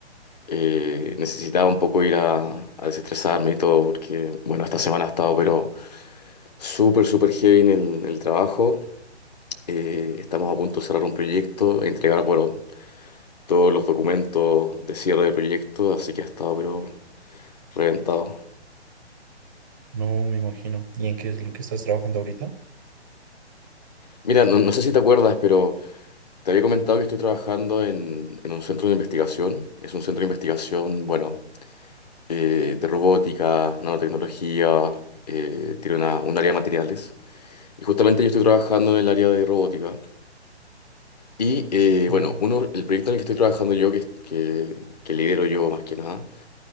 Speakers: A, on the left; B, on the right.
A: Eh, necesitaba un poco ir a, a desestresarme y todo, porque, bueno, esta semana ha estado, pero súper, súper heavy en el, el trabajo. Eh, estamos a punto de cerrar un proyecto e entregar, bueno, todos los documentos de cierre de proyecto, así que ha estado, pero reventado.
B: No, me imagino. ¿Y en qué es lo que estás trabajando ahorita?
A: Mira, no, no sé si te acuerdas, pero Te había comentado que estoy trabajando en, en un centro de investigación. Es un centro de investigación, bueno, eh, de robótica, nanotecnología, eh, tiene una, un área de materiales. Y justamente yo estoy trabajando en el área de robótica. Y eh,
B: Oh,
A: bueno, uno, el proyecto en el que estoy trabajando yo, que, que, que lidero yo más que nada,